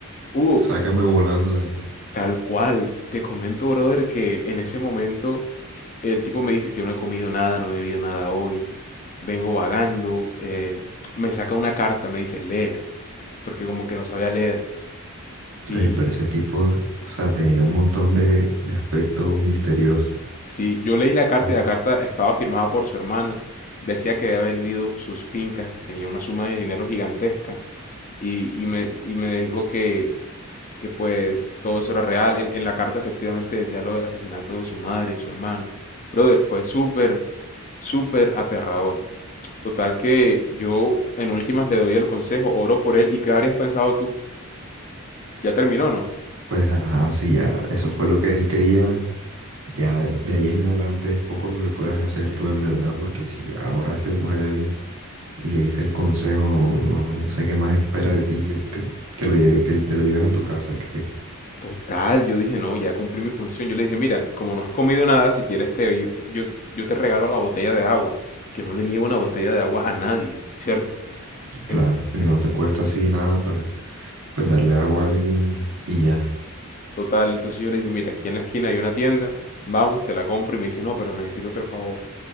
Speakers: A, on the left; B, on the right.
A: Hugo,
B: Sácame volando de aquí.
A: tal cual. Te comento, brother, que en ese momento el tipo me dice, yo no he comido nada, no he bebido nada hoy. Vengo vagando. eh, me saca una carta, me dice, léela. porque como que no sabía leer. Y
B: eh, ver ese tipo, o sea, tenía un montón de, de aspectos misteriosos.
A: sí, yo leí la carta
B: Es-
A: y la carta estaba firmada por su hermana. Decía que había vendido sus fincas, tenía una suma de dinero gigantesca y, y me, y me dijo que, que pues todo eso era real. En, en la carta efectivamente decía lo del asesinato de su madre y su hermano. Brother, fue súper, súper aterrador. Total que yo en últimas le doy el consejo, oro por él. ¿Y qué habrías pensado tú? Ya terminó, ¿no?
B: Pues, ajá, si ya eso fue lo que él quería, ya de ahí en adelante es poco lo que puedas hacer tú en verdad, porque si ya oraste por él y le diste el consejo, no, no, no sé qué más espera de ti, que, que lo lleve, que te lo lleves a tu casa, que
A: Total, yo dije, no, ya cumplí mi función. Yo le dije, mira, como no has comido nada, si quieres te, vi- yo, yo te regalo la botella de agua. Yo no le niego una botella de agua a nadie, ¿cierto?
B: claro,
A: En,
B: no
A: en-
B: te cuesta así nada para, pues, darle agua a alguien y ya,
A: total, entonces yo le dije, mira, aquí en la esquina hay una tienda, vamos, te la compro. Y me dice, no, pero necesito otro favor.